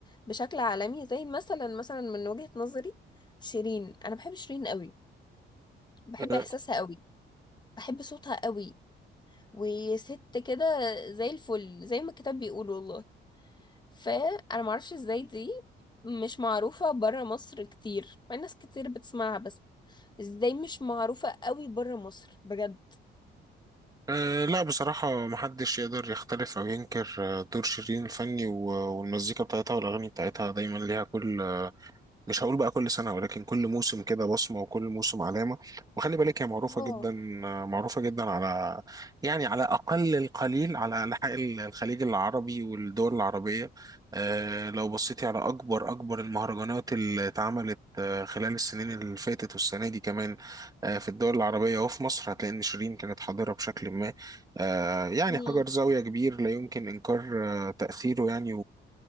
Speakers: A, on the left; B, on the right.
A: بشكل عالمي زي مثلا مثلا من وجهة نظري شيرين انا بحب شيرين قوي بحب
B: أه
A: احساسها قوي بحب صوتها قوي وست كده زي الفل زي ما الكتاب بيقول والله فانا معرفش ازاي دي مش معروفة برا مصر كتير مع إن ناس كتير بتسمعها بس ازاي مش معروفة قوي بره مصر بجد
B: أه لا بصراحة محدش يقدر يختلف أو ينكر آه، دور شيرين الفني و- والمزيكا بتاعتها والأغاني بتاعتها دايما ليها كل مش هقول بقى كل سنة ولكن كل موسم كده بصمة وكل موسم علامة وخلي بالك هي معروفة
A: اه
B: جدا معروفة جدا على يعني على أقل القليل على أنحاء الخليج العربي والدول العربية آه، لو بصيتي على أكبر أكبر المهرجانات اللي اتعملت آه، خلال السنين اللي فاتت والسنة دي كمان آه، في الدول العربية وفي مصر هتلاقي إن شيرين كانت حاضرة بشكل ما آه، يعني
A: مم.
B: حجر زاوية كبير لا يمكن إنكار آه، تأثيره يعني